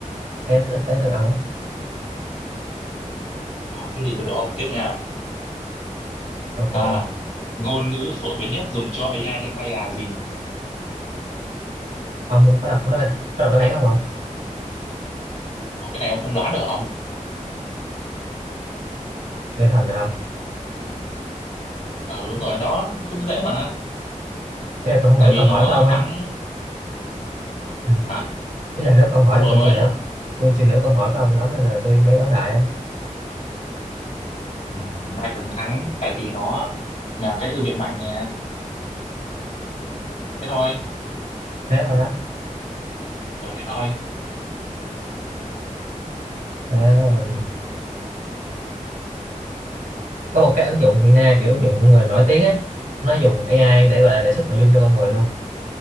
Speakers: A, on the right; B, on the left.
A: thế tới tới từ ông ấy
B: thế thì từ đó ông tiếp nha
A: ok
B: à ngôn ngữ phổ biến nhất dùng cho AI hiện nay là gì
A: ông có đọc có đáp án có đọc đáp án không ông
B: Ủa, cái này ông không đoán được không
A: Nghe thầm nào
B: ừ đúng rồi đó cũng dễ mà
A: Ý là tôi không
B: tại
A: hiểu
B: vì
A: câu
B: nó
A: hỏi của ông ấy
B: thắng
A: ừ.
B: hả
A: Ý là lúc ông hỏi
B: ông
A: thì
B: vừa
A: tôi
B: mới
A: chưa hiểu
B: à?
A: Tôi chưa hiểu câu hỏi của ông lắm nên là tôi mới đón đại á.
B: Ừ, Biden thắng tại vì nó nhà cái thư viện mạnh nè thế thôi
A: Thế thôi á
B: ừ, thế thôi
A: Thế, ờ, Có một cái ứng dụng hiện nay kiểu
B: ừ.
A: ứng dụng của người nổi tiếng ấy Nó dùng AI để gọi là đề xuất nội dung cho con người luôn